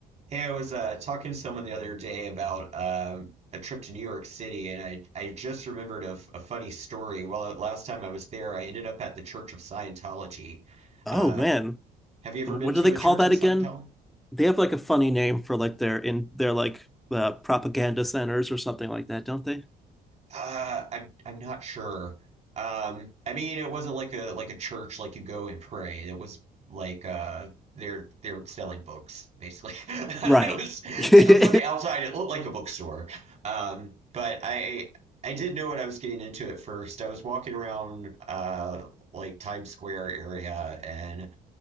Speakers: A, on the right; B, in the centre.
A: Hey, I was uh, talking to someone the other day about um, a trip to New York City, and I I just remembered a, f- a funny story. Well, uh, last time I was there, I ended up at the Church of Scientology.
B: Oh
A: Uh,
B: man,
A: have you ever
B: what
A: been to
B: do they
A: a
B: call
A: Church
B: that
A: of Scientology?
B: again? They have like a funny name for like their in their like uh, propaganda centers or something like that, don't they?
A: Uh, I'm I'm not sure. Um, I mean, it wasn't like a like a church like you go and pray. It was like uh, they're they're selling books basically. <laughs> It
B: Right.
A: was
B: <laughs>
A: from the outside, it looked like a bookstore. Um, but I I didn't know what I was getting into at first. I was walking around uh like Times Square area and